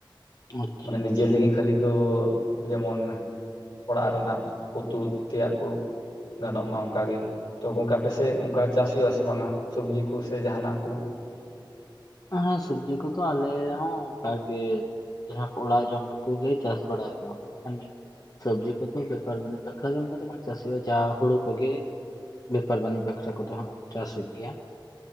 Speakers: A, on the left; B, on the left.
A: ᱟᱪᱪᱷᱟ
B: ᱢᱟᱱᱮ ᱱᱤᱡᱮ
A: ᱟᱪᱪᱷᱟ
B: ᱞᱤᱭᱮ ᱠᱷᱟᱹᱞᱤ ᱠᱚ ᱡᱮᱢᱚᱱ ᱚᱲᱟᱜ ᱨᱮᱱᱟᱜ ᱩᱛᱩ ᱛᱮᱭᱟᱜ ᱠᱚ ᱜᱟᱱᱚᱜ ᱢᱟ ᱚᱱᱠᱟᱟᱜ ᱜᱮ, ᱛᱚ ᱜᱚᱢᱠᱮ ᱟᱯᱮᱥᱮᱫ ᱚᱱᱠᱟ ᱪᱟᱥ ᱦᱩᱭᱩᱜᱼᱟ ᱥᱮ ᱵᱟᱝᱟ ᱥᱚᱵᱽᱡᱤ ᱠᱩ ᱥᱮ ᱡᱟᱦᱟᱱᱟᱜ ᱠᱩ?
A: ᱦᱮᱸ ᱥᱚᱵᱽᱡᱤ ᱠᱚᱫᱚ ᱟᱞᱮᱦᱚᱸ ᱚᱱᱠᱟᱜᱮ ᱡᱟᱦᱟᱸ ᱠᱚ ᱚᱲᱟᱜ ᱡᱚᱢ ᱴᱩᱠᱩ ᱜᱮ ᱪᱟᱥ ᱵᱟᱲᱟᱭ᱾ ᱵᱟᱝᱠᱷᱟᱱ ᱥᱚᱵᱽᱡᱤ ᱠᱚᱫᱚ ᱵᱮᱯᱟᱨ ᱵᱟ. ᱱᱤᱡ ᱵᱟᱠᱷᱨᱟ ᱫᱚ ᱚᱱᱠᱟ ᱫᱚ ᱵᱟᱝ ᱪᱟᱥ ᱦᱩᱭᱩᱜ‌ ᱜᱮᱭᱟ ᱡᱟ ᱦᱩᱲᱩ ᱠᱚ ᱜᱮ᱾ ᱵᱮᱯᱟᱨ ᱵᱟᱹᱱᱤᱡᱽ ᱵᱟᱠᱷᱨᱟ ᱠᱚᱫᱚ ᱦᱟᱸᱜ ᱪᱟᱥ ᱦᱩᱭᱩᱜ ᱜᱮᱭᱟ,